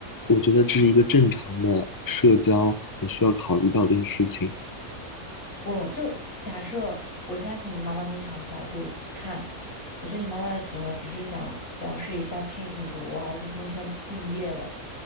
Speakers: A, on the left; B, on the left.
A: 我觉得这是一个正常的社交你需要考虑到的一些事情。
B: 我就假设我现在从你妈妈的立场角度看，我觉得你妈妈的行为只是想表示一下庆祝，我儿子今天毕业了，